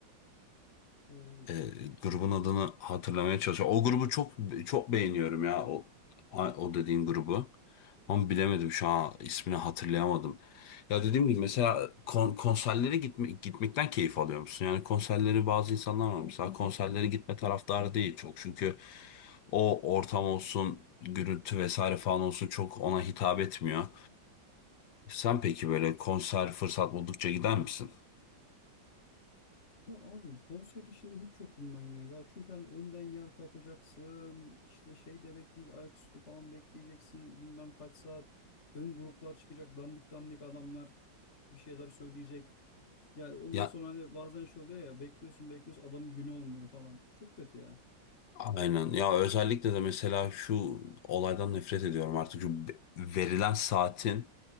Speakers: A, on the left; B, on the left.
A: Ee,
B: E, grubun adını hatırlamaya çalışıyorum. O grubu çok çok beğeniyorum ya. O, o dediğin grubu. Ama bilemedim şu an ismini hatırlayamadım. Ya dediğim gibi mesela kon- konserlere gitme, gitmekten keyif alıyor musun? Yani konserleri bazı insanlar var. Mesela konserlere gitme taraftarı değil çok. Çünkü o ortam olsun, gürültü vesaire falan olsun çok ona hitap etmiyor. Sen peki böyle konser fırsat buldukça gider misin?
A: Ya abi konser işinde hiç yokum ben ya. Ya çünkü hani önden yer kapacaksın. İşte şey de bekleyeceksin. Ayaküstü falan bekleyeceksin. Bilmem kaç saat. Ön gruplar çıkacak. Dandik dandik adamlar bir şeyler söyleyecek. Ya ondan
B: Ya
A: sonra hani bazen şey oluyor ya bekliyorsun bekliyorsun adamın günü olmuyor falan. Çok kötü ya.
B: Aynen. Ya özellikle de mesela şu olaydan nefret ediyorum artık. Şu be- verilen saatin